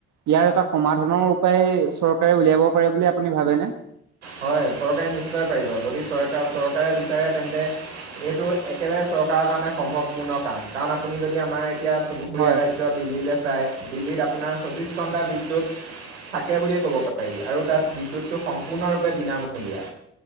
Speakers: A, on the right; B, on the right.
A: ইয়াৰ এটা সমাধানৰ উপায় চৰকাৰে উলিয়াব পাৰে বুলি আপুনি ভাবেনে?
B: হয় চৰকাৰে নিশ্চয় পাৰিব যদি চৰকাৰ চৰকাৰে বিচাৰে তেন্তে এইটো একেবাৰে চৰকাৰক, কাৰণে সম্ভৱপূৰ্ণ কাম। কাৰণ আপুনি যদি আমাৰ এতিয়া চুবুৰীয়া
A: হয়
B: ৰাজ্য দিল্লীলে চাই দিল্লীত আপোনাৰ চৌবিশ ঘণ্টা বিদ্যুৎ, থাকে বুলিয়ে ক'ব পাৰি আৰু তাত বিদ্যুতটো সম্পূৰ্ণৰূপ পে বিনামূলীয়া